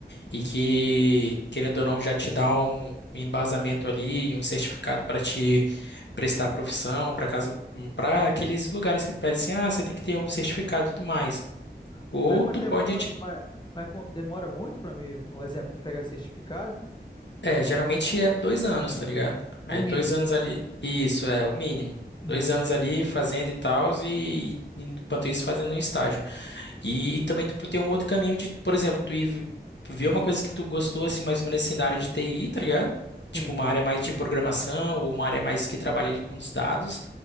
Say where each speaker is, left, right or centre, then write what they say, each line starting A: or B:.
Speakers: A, on the left; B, on the left.
A: Sim.
B: E que, querendo ou não, já te dá um um embasamento ali, um certificado para te prestar a profissão, para casa, para aqueles lugares que pedem assim, ah, você tem que ter um certificado e tudo mais. Ou
A: Mas quanto
B: tu
A: tempo,
B: pode,
A: quanto
B: tipo,
A: mais, mas mas qu- demora muito para mim, um exemplo, pegar esse certificado?
B: é, geralmente é dois anos, tá ligado? Aí
A: O mínimo.
B: dois anos ali, isso é o mínimo. Dois
A: Uhum,
B: anos ali fazendo e tal, e enquanto isso fazendo um estágio. E também tu tem um outro caminho de, por exemplo, tu ir v- ver uma coisa que tu gostou, assim, mais ou menos assim, da área de TI, tá ligado? Tipo,
A: Sim.
B: uma área mais de programação ou uma área mais que trabalha ali com os dados.